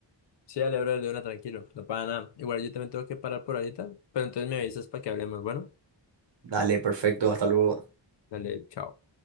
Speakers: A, on the left; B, on the right.
A: Sí, dale, bro, de una, tranquilo, no pasa nada. Igual yo también tengo que parar por ahorita, pero entonces me avisas para que hablemos. Bueno,
B: Dale, perfecto, hasta luego.
A: dale, chao.